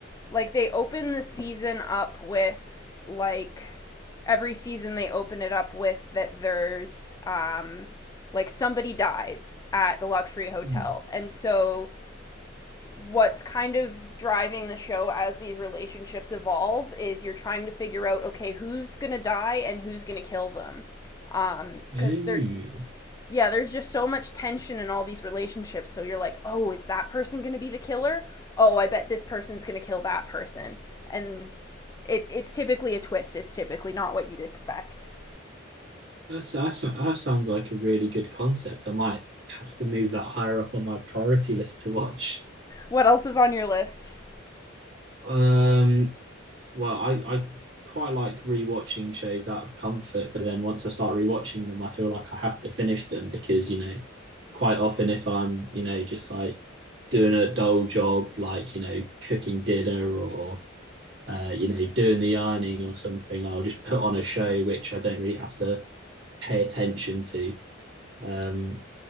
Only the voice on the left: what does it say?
like they open the season up with like every season they open it up with that there's um like somebody dies at the luxury hotel
and so what's kind of driving the show as these relationships evolve is you're trying to figure out okay who's going to die and who's going to kill them um
cuz there's yeah, there's just so much tension in all these relationships. So you're like, oh, is that person going to be the killer? Oh, I bet this person's going to kill that person. And it, it's typically a twist. It's typically not what you'd expect.
What else is on your list?